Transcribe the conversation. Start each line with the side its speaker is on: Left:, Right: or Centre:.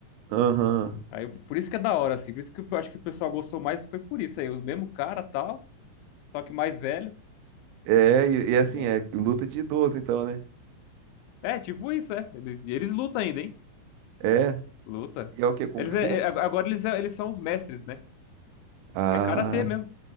Right: Aham.
Left: Aí, por isso que é da hora, assim, por isso que eu acho que o pessoal gostou mais, foi por isso aí, os mesmo cara, tal, só que mais velho.
Right: É, e, e assim,
Left: E aí
Right: é luta de idoso, então, né?
Left: É, tipo isso, é. Eles, e eles lutam ainda, hein?
Right: É.
Left: Luta.
Right: E é o quê? Kung
Left: Eles
Right: Fu?
Left: é, é, ag- agora eles, é- eles são os mestres, né?
Right: Ah,
Left: É karatê mesmo.
Right: sim.